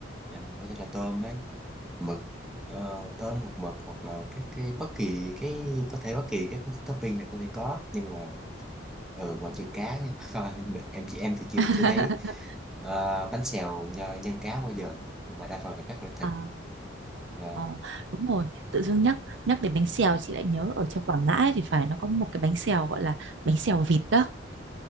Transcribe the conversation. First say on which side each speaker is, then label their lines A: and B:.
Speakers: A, in the centre; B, on the right.
A: Dạ, có thể là tôm ấy mực ờ, tôm hoặc mực hoặc là cái cái bất kỳ cái có thể bất kỳ cái topping này có thể có nhưng mà ừ, ngoại trừ cá nha <laughs> Thôi, Mình- em chị em thì chưa
B: <laughs>
A: em chưa thấy ờ, bánh xèo nhân, nhân cá bao giờ nhưng mà đa phần là các loại thịt
B: À,
A: là
B: ờ, đúng rồi, tự dưng nhắc nhắc đến bánh xèo chị lại nhớ ở trong Quảng Ngãi thì phải nó có một cái bánh xèo gọi là bánh xèo vịt đó.